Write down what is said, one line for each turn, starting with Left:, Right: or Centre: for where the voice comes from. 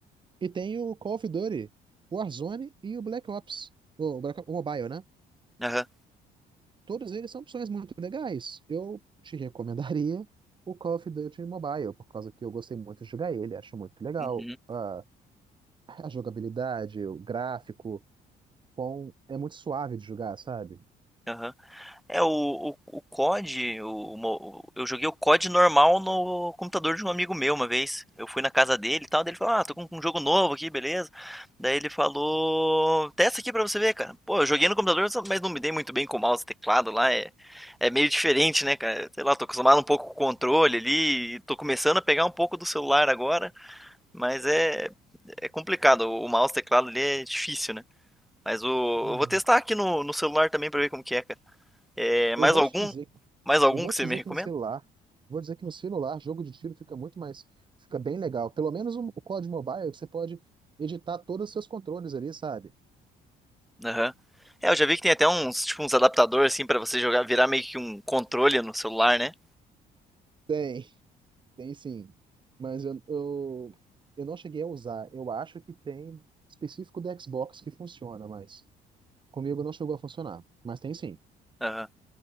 Right: e tem o Call of Duty, o Warzone e o Black Ops, o, Black Ops- o Mobile, né?
Centre: Aham.
Right: Todos eles são opções muito legais. Eu te recomendaria o Call of Duty Mobile, por causa que eu gostei muito de jogar ele, acho muito legal.
Centre: Uhum,
Right: A, a jogabilidade, o gráfico, com, é muito suave de jogar, sabe?
Centre: aham. É, o, o, o COD, o, D, o o mo- eu joguei o COD normal no computador de um amigo meu uma vez. Eu fui na casa dele e tal, daí ele falou, ah, tô com um jogo novo aqui, beleza. Daí ele falou, testa aqui pra você ver, cara. Pô, eu joguei no computador, só- mas não me dei muito bem com o mouse e teclado lá, é, é meio diferente, né, cara? Sei lá, tô acostumado um pouco com o controle ali, e tô começando a pegar um pouco do celular agora, mas é, é complicado, o, o mouse e teclado ali é difícil, né? Mas o,
Right: Hum.
Centre: eu vou testar aqui no, no celular também pra ver como que é, cara. É, mais
Right: Eu vou
Centre: algum?
Right: te dizer
Centre: Mais algum
Right: Eu vou
Centre: que
Right: te
Centre: você
Right: dizer
Centre: me recomenda?
Right: que no celular, vou dizer que no celular, jogo de tiro fica muito mais, fica bem legal. Pelo menos o, o COD Mobile, que você pode editar todos os seus controles ali, sabe?
Centre: Aham. É, eu já vi que tem até uns, tipo, uns adaptadores assim pra você jogar, virar meio que um controle no celular, né?
Right: Tem, tem sim. Mas eu, eu, eu não cheguei a usar. Eu acho que tem específico do Xbox que funciona, mas comigo não chegou a funcionar. Mas tem sim.
Centre: Aham.